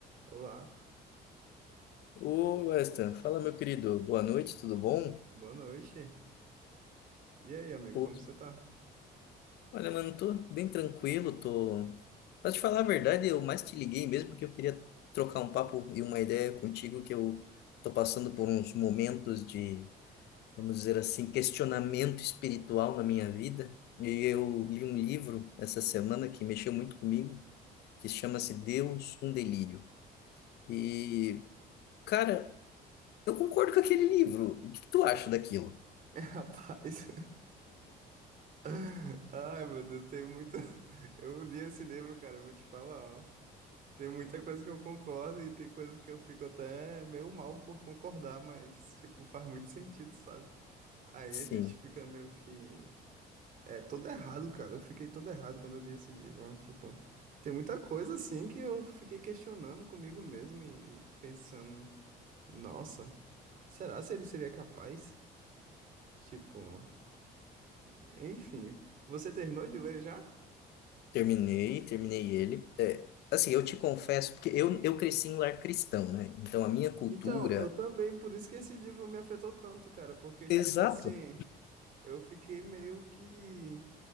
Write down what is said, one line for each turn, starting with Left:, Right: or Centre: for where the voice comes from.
Right: Olá,
Left: Ô, Weston, fala meu querido, boa noite, tudo bom?
Right: boa noite. E aí, amigo,
Left: Pô,
Right: como você tá?
Left: olha, mano, tô bem tranquilo, tô. Pra te falar a verdade, eu mais te liguei mesmo porque eu queria trocar um papo e uma ideia contigo que eu tô passando por uns momentos de, vamos dizer assim, questionamento espiritual na minha vida. E eu li um livro essa semana que mexeu muito comigo, que chama-se Deus, um Delírio. E, cara, eu concordo com aquele livro. O que que tu acha daquilo?
Right: <laughs> Rapaz, <laughs> ai meu Deus, tem muita. Eu li esse livro, cara, eu vou te falar, ó. Tem muita coisa que eu concordo e tem coisa que eu fico até meio mal por concordar, mas, tipo, faz muito sentido, sabe? Aí
Left: Sim.
Right: a gente fica meio que. É, todo errado, cara. Eu fiquei todo errado quando eu li esse livro. ó. Tipo, tem muita coisa, assim, que eu fiquei questionando comigo mesmo e pensando, nossa, será se ele seria capaz? Tipo, enfim. Você terminou de ler já?
Left: Terminei, terminei ele. É, assim, eu te confesso, porque eu, eu cresci em lar cristão, né? Então a minha cultura.
Right: Então, eu também, por isso que esse livro me afetou tanto, cara, porque, tipo
Left: Exato.
Right: assim, eu fiquei meio que,